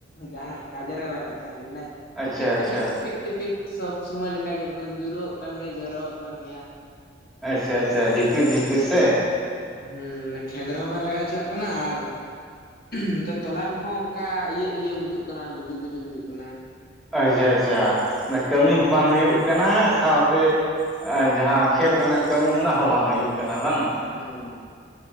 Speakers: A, on the left (about 50°); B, in the centre.
A: ᱡᱟᱦᱟᱱᱟᱜ ᱠᱟᱡᱮ ᱨᱮ ᱞᱟᱜᱟᱜ ᱠᱟᱱ, ᱢᱟᱱᱮ
B: ᱟᱪᱪᱷᱟ
A: ᱴᱤᱯᱤᱠ ᱴᱤᱯᱤᱠ
B: ᱟᱪᱪᱷᱟ
A: ᱴᱤᱯᱤᱠ ᱴᱤᱯᱤᱠ ᱥᱚᱵᱽ ᱥᱩᱢᱚᱭ ᱞᱮᱠᱟ ᱜᱮ, ᱮᱠᱫᱚᱢ ᱡᱩᱨᱚᱜ ᱠᱟᱱ ᱜᱮᱭᱟ ᱡᱚᱨᱚᱜ ᱠᱟᱱ ᱜᱮᱭᱟ᱾
B: ᱟᱪᱪᱷᱟ ᱟᱪᱪᱷᱟ ᱡᱷᱤᱯᱤᱨ ᱡᱷᱤᱯᱤᱨ ᱥᱮ
A: ᱦᱩᱸ ᱠᱷᱮᱛ ᱨᱮᱦᱚᱸ ᱵᱟᱭ ᱞᱟᱜᱟᱣ ᱦᱚᱪᱚᱣᱟᱜ ᱠᱟᱱᱟ ᱟᱨ ᱱᱤᱛᱚᱜ ᱛᱚᱞᱟ ᱠᱚᱦᱚᱸ ᱚᱱᱠᱟ ᱤᱭᱟᱹ ᱤᱭᱟᱹ ᱵᱩᱡᱩᱜ ᱠᱟᱱᱟ ᱜᱩᱡᱩᱜ ᱜᱩᱡᱩᱜ ᱵᱩᱡᱩᱜ ᱠᱟᱱᱟ᱾
B: ᱟᱪᱪᱷᱟ ᱟᱪᱪᱷᱟ ᱠᱟᱹᱢᱤ ᱦᱚᱸ ᱵᱟᱝ ᱦᱩᱭᱩᱜ ᱠᱟᱱᱟ, ᱥᱟᱶᱛᱮ ᱡᱟᱦᱟᱸ ᱠᱷᱮᱛ ᱨᱮᱱᱟᱜ ᱠᱟᱹᱢᱤ ᱚᱱᱟ ᱦᱚᱸ ᱵᱟᱝ ᱦᱩᱭᱩᱜ ᱠᱟᱱᱟ ᱵᱟᱝ᱾
A: ᱦᱩᱸᱻ ᱾